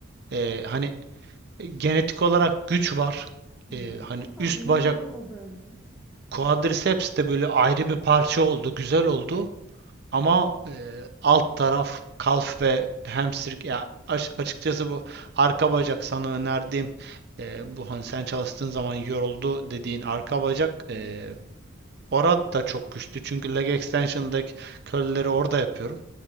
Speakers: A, on the right (about 50°); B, in the centre.
A: E, hani genetik olarak güç var.
B: Hı
A: E,
B: hı.
A: hani
B: E, tamam
A: üst
B: önemli
A: bacak
B: olan o bence.
A: quadriceps de böyle ayrı bir parça oldu güzel oldu. Ama eee, alt taraf kalf ve hamstring ya aş- açıkçası bu arka bacak sana önerdiğim eee,
B: Ha.
A: bu hani sen çalıştığın zaman yoruldu dediğin arka bacak
B: Hı.
A: eee orada da çok güçlü. Çünkü leg extension'daki curl'leri orada yapıyorum.